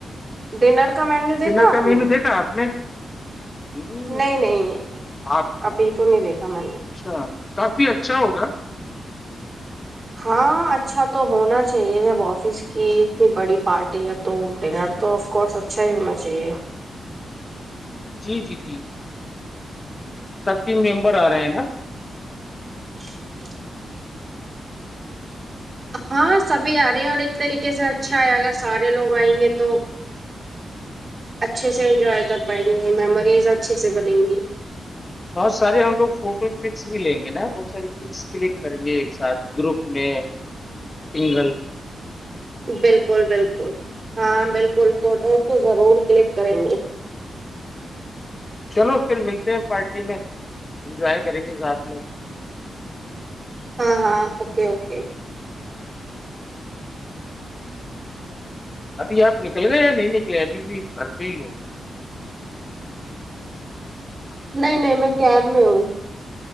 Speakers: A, on the right; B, on the left.
A: ڈنر کا مینیو دیکھا
B: ڈنر کا
A: آپ
B: مینو
A: نے
B: دیکھا آپ نے ہوں
A: نہیں نہیں
B: آپ
A: ابھی تو نہیں دیکھا میں نے
B: اچھا کافی اچھا ہوگا
A: ہاں اچھا تو ہونا چاہیے جب آفس کی اتنی بڑی پارٹی ہے تو ڈنر تو آف کورس اچھا ہی ہونا چاہیے
B: جی جی جی سب کے ممبر آ رہے ہیں نا
A: <inaudible> ہاں سبھی آ رہے ہیں اور ایک طریقے سے اچھا ہے اگر سارے لوگ آئیں گے تو اچھے سے انجوائے کر پائیں گے میموریز اچھے سے بنیں گی
B: بہت سارے ہم لوگ فوٹو پکس بھی لیں گے نا بہت ساری پکس کلک کریں گے ایک ساتھ گروپ میں س گ
A: بالکل بالکل ہاں بالکل فوٹوز تو ضرور کلک کریں گے
B: چلو پھر ملتے ہیں پارٹی میں انجوائے کریں گے ساتھ میں
A: ہاں ہاں اوکے اوکے
B: ابھی آپ نکل گے یا نہیں نکلے ابھی بھی گھر پہ ہی ہو
A: نہیںائ نہیں میں کب میں ہوں